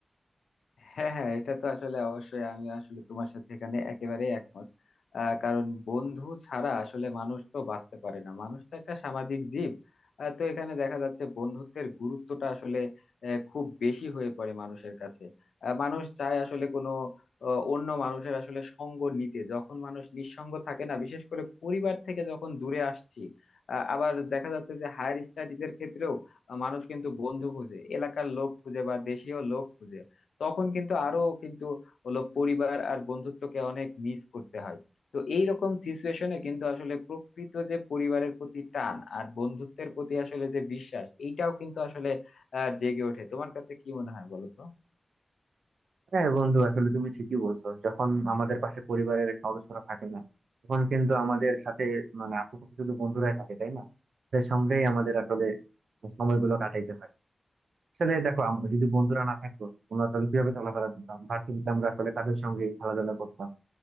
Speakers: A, on the left; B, on the right.
A: হ্যাঁ হ্যাঁ এটা তো আসলে অবশ্যই আমি আসলে তোমার সাথে এখানে একেবারে একমত আহ, কারণ বন্ধু ছাড়া আসলে মানুষ তো বাঁচতে পারে না মানুষ তো একটা সামাজিক জীব আহ, তো এখানে দেখা যাচ্ছে বন্ধুত্বের গুরুত্বটা আসলে আহ, খুব বেশি হয়ে পড়ে মানুষের কাছে আহ, মানুষ চায় আসলে কোনো আহ, অন্য মানুষের আসলে সঙ্গ নিতে যখন মানুষ নিঃসঙ্গ থাকে না বিশেষ করে পরিবার থেকে যখন দূরে আসছি আহ, আবার দেখা যাচ্ছে যে হায়ার স্টাডিজের ক্ষেত্রেও আহ, মানুষ কিন্তু বন্ধু খুঁজে এলাকার লোক খুঁজে বা দেশীয় লোক খুঁজে তখন কিন্তু আরো কিন্তু হলো পরিবার আর বন্ধুত্বকে অনেক মিস করতে হয় তো এইরকম সিচুয়েশনে কিন্তু আসলে প্রকৃত যে পরিবারের প্রতি টান আর বন্ধুত্বের প্রতি আসলে যে বিশ্বাস এইটাও কিন্তু আসলে আহ জেগে ওঠে তোমার কাছে কি মনে হয় বলো তো
B: হ্যাঁ বন্ধু আসলে তুমি ঠিকই বলছো যখন আমাদের পাশে পরিবারের সদস্যরা থাকে না তখন কিন্তু আমাদের সাথে মানে আশেপাশে শুধু বন্ধুরাই থাকে তাই না তাদের সঙ্গেই আমাদের আসলে সময়গুলো কাটাইতে হয় আসলে দেখো আমরা যদি বন্ধুরা না থাকতো আমরা তাহলে কিভাবে চলাফেরা করতাম ভার্সিটিতে আমরা আসলে কাদের সঙ্গে খেলাধুলা করতাম